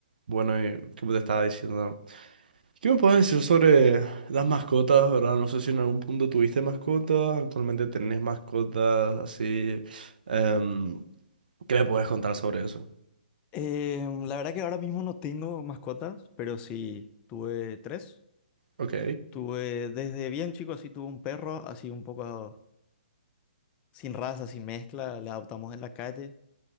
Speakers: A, on the right; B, on the left.
A: Bueno, y como te estaba diciendo, ¿qué me puedes decir sobre las mascotas, verdad? No sé si en algún punto tuviste mascotas, actualmente tenés mascotas, así. em, ¿qué me puedes contar sobre eso?
B: Eh, la verdad que ahora mismo no tengo mascotas, pero sí tuve tres.
A: Ok,
B: Tuve desde bien chico, así tuve un perro, así un poco sin raza, sin mezcla, le adoptamos en la calle.